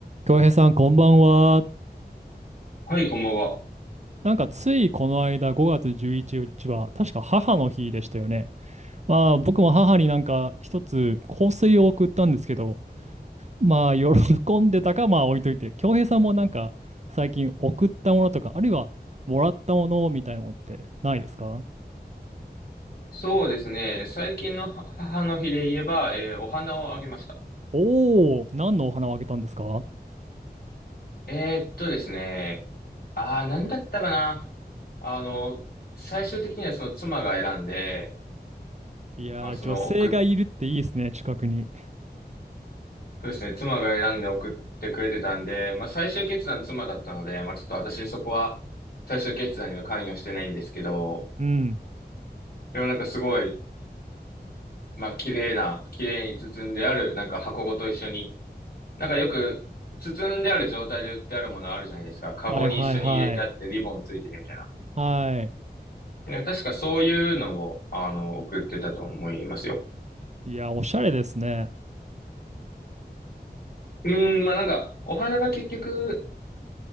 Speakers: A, on the right (about 40°); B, on the left (about 60°).
A: 京平さん、こんばんは。
B: はい、こんばんは。
A: なんか、ついこの間、5月11日は、確か母の日でしたよね。まあ、僕も母になんか、一つ香水を送ったんですけど、まあ、喜んでたか、まあ、置いといて、京平さんもなんか、最近送ったものとか、あるいは、もらったものみたいなのってないですか
B: そうですね。最近のは母の日で言えば、えーお花をあげました。
A: おおー、何のお花をあげたんですか
B: えーっとですね。あー、なんだったかな。あの、最終的にはその妻が選んで、
A: いやー、
B: まあその送っ、
A: 女性がいるっていいですね、近くに。
B: そうですね。妻が選んで送ってくれてたんで、まあ最終決断妻だったので、まあちょっと私そこは最終決断には関与してないんですけど、
A: うん。
B: でもなんかすごい、まあ綺麗な、綺麗に包んである、なんか箱ごと一緒に、なんかよく、包んである状態で売ってあるものあるじゃないですか。カゴに一緒に入れてあってリボンついててみたいな。
A: はいはいはい。は
B: ね、確かそういうのを、あの、送ってたと思いますよ。
A: い。いや、おしゃれですね。
B: うーん、まあ、なんか、お花が結局、